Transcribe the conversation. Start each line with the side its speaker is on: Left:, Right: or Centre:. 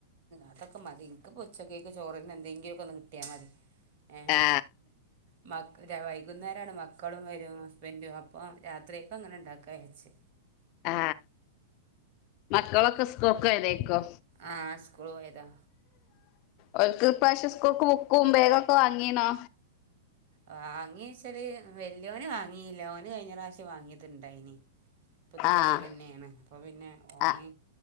Right: അതൊക്കെ മതി എനിക്ക്പ്പോ ഉച്ചക്കേക്ക് ചോറിന് യെന്തെകിലും ഒക്കെ ഒന്ന് കിട്ടിയാ മതി ഏഹ്
Left: ആ
Right: മ്മാക് വൈകുന്നേരാണ് മ- മക്കളും വരും ഹസ്ബന്റും അപ്പൊ രാത്രിയക്കങ്ങനെ ഉണ്ടാക്കാവെച്ച്
Left: ആ മക്കളൊക്കെ സ്കൂൾക്കോയതേക്കോ
Right: ആഹ് സ്കൂൾ പോയതാ
Left: ഓല്ക്ക് ഇപ്രാവശ്യം സ്കൂൾക്ക്‌ ബുക്കും ബേഗൊ പ്പൊ വാങ്ങീണോ
Right: വാങ്ങീച്ചാല് വെല്ല്യോന് വാങ്ങീല്ലാ ഓന് കഴിഞ്ഞറാശ്യം വാങ്ങിയത്ണ്ടായിനി പുതിയ
Left: ആഹ്
Right: ബേഗെന്നേണ് അപ്പൊ പിന്നെ ഓന്
Left: ആഹ്